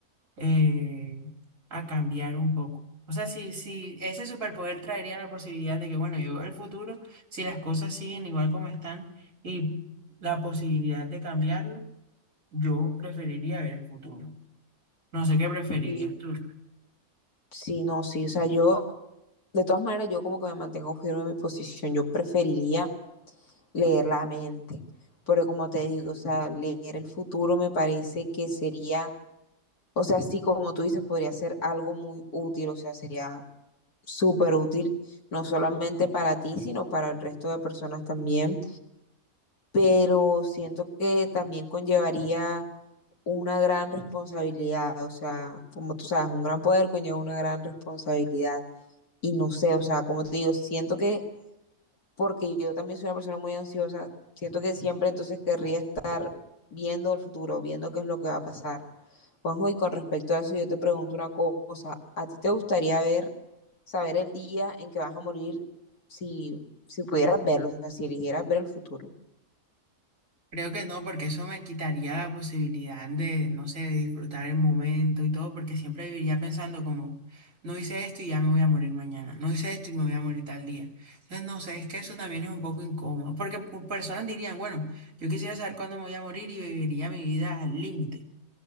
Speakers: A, on the right; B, on the left.
A: eh, a cambiar un poco. O sea, si, si ese superpoder traería la posibilidad de que, bueno, yo veo el futuro, si las cosas siguen igual como están y la posibilidad de cambiarlo, yo preferiría ver el futuro. No sé qué preferirías
B: Sí,
A: tú.
B: sí, no, sí. O sea, yo, de todas maneras, yo como que me mantengo firme en mi posición. Yo preferiría leer la mente. Pero como te digo, o sea, leer el futuro me parece que sería, o sea, sí, como tú dices, podría ser algo muy útil, o sea, sería súper útil, no solamente para ti, sino para el resto de personas también. Pero siento que también conllevaría una gran responsabilidad, o sea, como tú sabes, un gran poder conlleva una gran responsabilidad. Y no sé, o sea, como te digo, siento que, porque yo también soy una persona muy ansiosa, siento que siempre entonces querría estar viendo el futuro, viendo qué es lo que va a pasar. Juanjo, y con respecto a eso, yo te pregunto una cosa, ¿a ti te gustaría ver, saber el día en que vas a morir si, si pudieras verlo, o sea, si eligieras ver el futuro?
A: Creo que no, porque eso me quitaría la posibilidad de, no sé, de disfrutar el momento y todo, porque siempre viviría pensando como, no hice esto y ya me voy a morir mañana, no hice esto y me voy a morir tal día. Entonces, no sé, es que eso también es un poco incómodo, porque pu- personas dirían, bueno, yo quisiera saber cuándo me voy a morir y viviría mi vida al límite